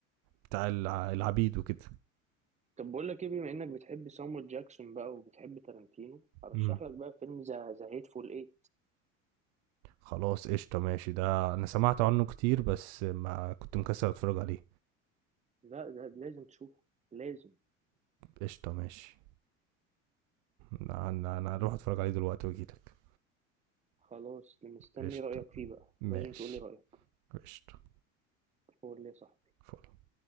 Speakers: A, on the right; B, on the right.
A: بتاع الع- العبيد وكده
B: طب بقول لك ايه بما انك بتحب سامويل جاكسون بقى وبتحب تارانتينو ارشح
A: امم
B: لك بقى فيلم ذا ذا هيتفول ايه
A: خلاص قشطه ماشي ده انا سمعت عنه كتير بس ما كنت مكسل اتفرج عليه
B: لا ده لازم تشوفه لازم
A: قشطه ماشي انا انا أنا
B: لازم
A: هروح اتفرج
B: تتفرج عليه
A: عليه دلوقتي واجيلك
B: خلاص مستني
A: قشطه
B: رأيك فيه بقى
A: ماشي
B: لازم تقولي رأيك
A: قشطه
B: قول لي يا صاحبي
A: فل